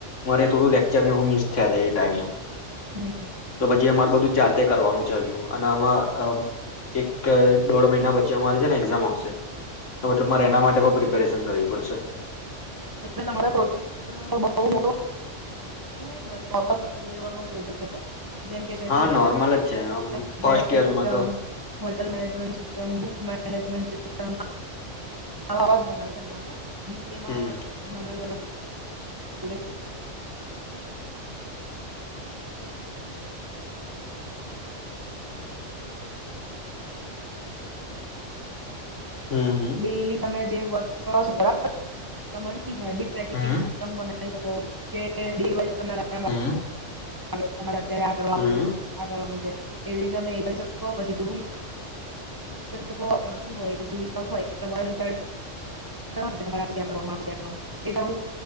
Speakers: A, on the left; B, on the right.
A: મારે થોડું લેક્ચર ને એવુ મિસ <unintelligible> ઈ ટાઈમને
B: હશે
A: તો બ જે અમાર બધું જાતે કરવાનું છે હજુ અને આમાં અ એક ત દોઢ મહિના પછી અમારે છે ને એક્ઝામ આવશે તો મતલબ મારે એના માટે પ પ્રિપેરેશન કરવી પડશે.
B: <unintelligible> પ્રોજેક્ટ બઉ મોટો નઈ હોય પ્રોપર લેવાનો પ્રોજેક્ટ હશે. જેમ કે સ્ટુડન્ટ
A: હા નોર્મલ જ છે આમ
B: <unintelligible>
A: ફર્સ્ટ યરમાં
B: system
A: તો
B: hotel management system book મેનેજન્ટ <unintelligible> વાજ બનાવે છે હમણાં તો. બીસીમાં
A: હમ
B: <unintelligible> લેવા <inaudible>
A: હમ
B: ડેલી તમે જે વર્ક કરો છો બરાબર. તમારી હેડી ટ્રેકિંગ
A: હમ
B: સીસ કરે છે તો તે ડી વાઇસ <inaudible> <inaudible> તમારા
A: હમ
B: ત્યાં કરવાનું
A: હમ
B: છે આ કરવાનું છે. એવી રીતે તમે એ કરી શકો પછી <unintelligible> કરી શકો <unintelligible> હોય તો <unintelligible>